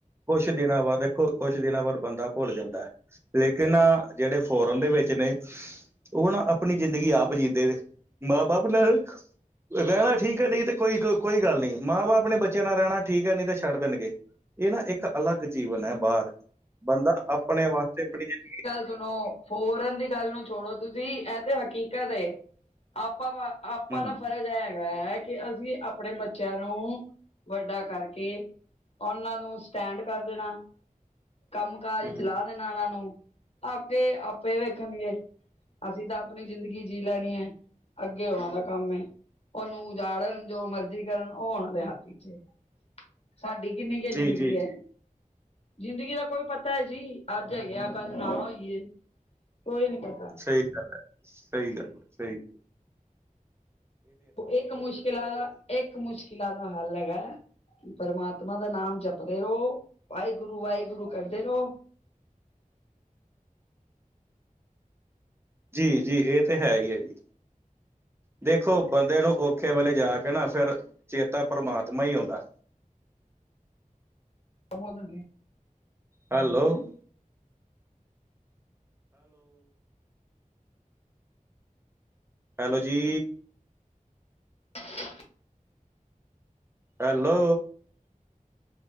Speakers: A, on the right (about 15°); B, on the left (about 45°).
A: ਇੱਕ ਦਿਨਾਂ ਬਾਅਦ ਦੇਖੋ, ਕੁਛ ਦਿਨਾਂ ਬਾਅਦ, ਬੰਦਾ ਭੁੱਲ ਜਾਂਦਾ। ਲੇਕਿਨ, ਨਾ ਜਿਹੜੇ ਫੋਰਨ ਦੇ ਵਿੱਚ ਨੇ ਉਹ ਨਾ ਆਪਣੀ ਜ਼ਿੰਦਗੀ, ਆਪ ਜੀਦੇ ਨੇ, ਮਾਂ ਬਾਪ ਆਪਣਾ ਰਹਿਣਾ ਠੀਕ ਏ, ਨਹੀਂ ਤੇ ਕੋਈ, ਕੋਈ ਗੱਲ ਨਹੀਂ। ਮਾਂ ਬਾਪ ਆਪਣੇ ਬੱਚਿਆਂ ਨਾਲ ਰਹਿਣਾ ਠੀਕ ਏ, ਨਹੀਂ ਤੇ ਛੱਡ ਦੇਣਗੇ। ਇਹ ਨਾ ਇੱਕ ਅਲੱਗ ਜੀਵਨ ਐ ਬਾਰ, ਬੰਦਾ ਆਪਣੇ ਵਾਸਤੇ ਅਪਣੀ ਜ਼ਿੰਦਗੀ
B: ਸੁਨੋ ਫੋਰਨ ਦੀ ਗੱਲ ਨੂੰ ਛੋੜੋ ਤੁਸੀਂ ਇਹ ਤੇ ਹਕੀਕਤ ਏ। ਆਪਾਂ ਆਪਾਂ
A: ਜ਼ਿੰ- ਹੂੰ
B: ਦਾ ਫਰਜ਼ ਹੈ। ਹੈ ਕਿ ਅਸੀਂ ਆਪਣੇ ਬੱਚਿਆਂ ਨੂੰ ਵੱਡਾ ਕਰਕੇ ਉਹਨਾਂ ਨੂੰ ਸਟੈਂਡ ਕਰ ਦੇਣਾ। ਕੰਮ-ਕਾਜ
A: ਹੂੰ
B: ਚਲਾ ਦੇਨਾ ਏਨਾਂ ਨੂੰ ਆਪੇ ਆਪੇ ਵੇਖਨਗੇ। ਅਸੀਂ ਤਾਂ ਆਪਣੀ ਜ਼ਿੰਦਗੀ ਜੀਅ ਲੈਣੀ ਹੈ। ਅੱਗੇ ਉਹਨਾਂ ਦਾ ਕੰਮ ਏ ਉਹਨੂੰ ਉਜਾੜਨ ਜੋ ਮਰਜ਼ੀ ਕਰਨ ਉਹ ਉਹਨਾਂ ਦੇ ਹੱਥ ਚ ਹੈ। ਸਾਡੀ ਕਿੰਨੀ ਕੁ
A: ਜੀ
B: ਜ਼ਿੰਦਗੀ
A: ਜੀ
B: ਹੈ।
A: ਜੀ
B: ਜ਼ਿੰਦਗੀ ਦਾ ਕੋਈ ਪਤਾ ਹੈ ਜੀ ਅੱਜ ਹੈਗਾ, ਹਾਂ ਕੱਲ ਨਾ ਹੋਈਏ। ਕੋਈ ਨਹੀਂ ਪ੍ਹਤਾ
A: ਸਹੀ ਗੱਲ ਹੈ-ਸਹੀ ਗੱਲ ਹੈ-ਸਹੀ
B: ਇੱਕ ਮੁਸ਼ਕਿਲਾਂ ਦਾ ਇੱਕ ਮੁਸ਼ਕਿਲਾਂ ਦਾ ਹੱਲ ਹੈਗਾ। ਪਰਮਾਤਮਾ ਦਾ ਨਾਮ ਜਪਦੇ ਰਹੋ ਵਾਹਿਗੁਰੂ ਵਾਹਿਗੁਰੂ ਕਰਦੇ ਰਹੋ।
A: ਜੀ-ਜੀ, ਇਹ ਤੇ ਹੈ ਹੀ ਹੈ ਜੀ! ਦੇਖੋ ਬੰਦੇ ਨੂੰ ਔਖੇ ਵੇਲੇ ਜਾ ਕੇ ਨਾ ਫੇਰ ਚੇਤਾ ਪਰਮਾਤਮਾ ਹੀ ਆਉਂਦਾ।
B: ਹਬੋਦਨ ਏ
A: ਹੈਲੋ-ਹੈਲੋ! ਹੈਲੋ ਜੀ।
B: ਹ <unintelligible>
A: ਹੈਲੋ।